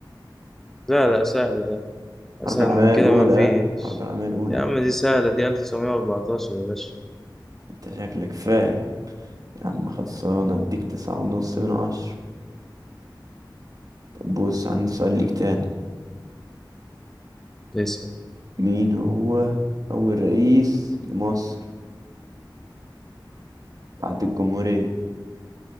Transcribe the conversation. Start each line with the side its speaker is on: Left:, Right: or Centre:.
Centre: لا لا سهل ده
Right: الحرب
Centre: اسهل
Right: العالمية
Centre: من كده
Right: الأولى
Centre: ما فيش
Right: ها؟ الحرب العالمية الأولى
Centre: يا عم دي سهلة دي 1914 يا باشا
Right: انت شكلك فاهم يا عم خلصانة اديك تسعة ونص من عشرة طب بص عندي سؤال ليك تاني
Centre: اسأل
Right: مين هو أول رئيس لمصر بعد الجمهورية؟